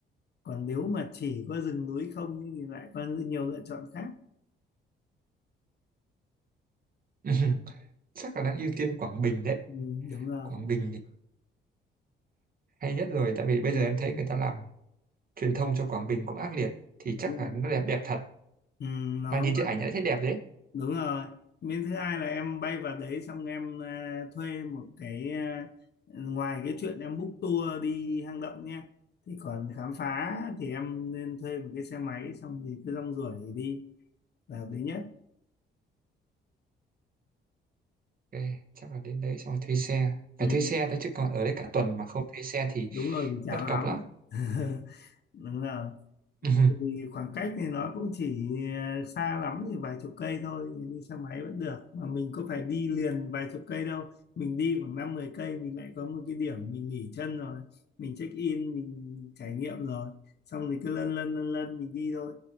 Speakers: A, on the left; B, on the right.
A: còn nếu mà chỉ có rừng núi không ấy thì lại có nhiều lựa chọn khác
B: <laughs> chắc là đang ưu tiên Quảng Bình đấy
A: ừ, đúng rồi
B: Quảng Bình thì hay nhất rồi tại vì bây giờ em thấy người ta làm truyền thông cho Quảng Bình cũng ác liệt thì
A: đúng
B: chắc là
A: rồi
B: nó đẹp đẹp thật
A: ừ, nó
B: mà nhìn trên ảnh đã thấy đẹp đấy
A: đúng rồi miếng thứ hai là em bay vào đấy xong em ờ, thuê một cái ờ, ngoài cái chuyện em book tour đi hang động nha thì còn khám phá thì em nên thuê một cái xe máy xong thì cứ rong ruổi đi là hợp lý nhất
B: Ok, chắc là đến đấy xong rồi thuê xe. Phải
A: ừ,
B: thuê xe thôi chứ còn ở đây cả tuần mà không thuê xe thì
A: đúng rồi thì chán
B: bất cập
A: lắm
B: lắm.
A: <laughs> đúng rồi
B: <laughs>
A: vì khoảng cách thì nó cũng chỉ ờ, xa lắm thì vài chục cây thôi đi xe máy vẫn được mà mình có phải đi liền vài chục cây đâu mình đi khoảng năm mười cây mình lại có một cái điểm mình nghỉ chân rồi mình check in mình trải nghiệm rồi xong rồi cứ lân lân lân lân mình đi thôi